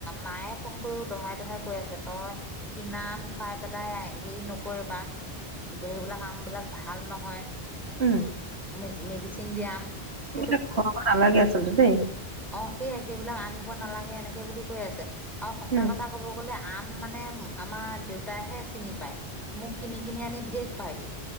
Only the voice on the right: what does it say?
উম
এইবিলাক খুৱাব নালাগে আচলতে দেই
উম